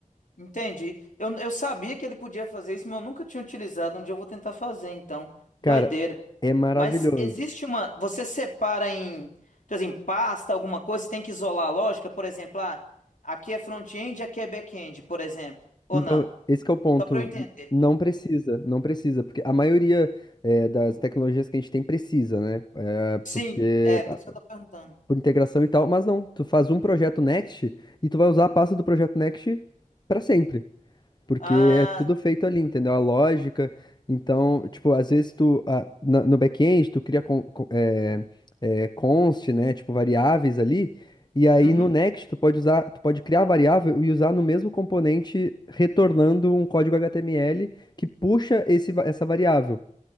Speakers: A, on the left; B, on the left.
A: entendi. Eu, eu sabia que ele podia fazer isso, mas eu nunca tinha utilizado. Um dia eu vou tentar fazer, então.
B: Cara,
A: Doideira.
B: é maravilhoso.
A: Mas existe uma. Você separa em, tipo assim, pasta, alguma coisa, você tem que isolar a lógica, por exemplo, ah, aqui é front-end, aqui é back-end, por exemplo. Ou
B: Então,
A: não?
B: esse que é o ponto.
A: Só para eu entender.
B: Não precisa, não precisa, porque a maioria eh, das tecnologias que a gente tem precisa, né? Eh,
A: Sim,
B: porque
A: é por
B: ah,
A: isso que eu tô perguntando.
B: por integração e tal, mas não, tu faz um projeto Next e tu vai usar a pasta do projeto Next para sempre. Porque
A: Ah,
B: é tudo feito ali, entendeu? A lógica. Então, tipo, às vezes tu, ah, na- no back-end, tu cria con, con- é, é, const, né? Tipo, variáveis ali. E aí
A: uhum,
B: no next, tu pode usar, tu pode criar a variável e usar no mesmo componente, retornando um código HTML que puxa esse, va- essa variável.